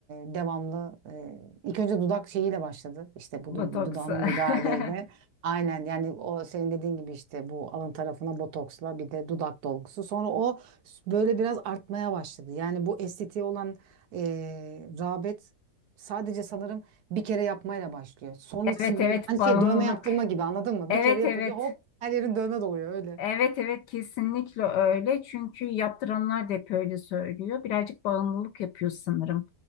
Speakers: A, on the right; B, on the left.
A: e, devamlı e, ilk önce dudak şeyiyle başladı. İşte bu
B: Botoks.
A: du- dudağına
B: <laughs>
A: müdahaleyle. Aynen yani o senin dediğin gibi işte bu alın tarafına botoksla bir de dudak dolgusu. Sonra o böyle biraz artmaya başladı. Yani bu estetiğe olan e, rağbet sadece sanırım bir kere yapmayla başlıyor. Sonrası
B: Evet, evet.
A: böyle hani
B: Bağımlılık.
A: şey dövme yaptırma gibi anladın mı?
B: Evet,
A: Bir kere yapınca
B: evet.
A: hop her yerin dövme doluyor öyle.
B: Evet, evet. Kesinlikle öyle. Çünkü yaptıranlar da hep öyle söylüyor. Birazcık bağımlılık yapıyor sanırım.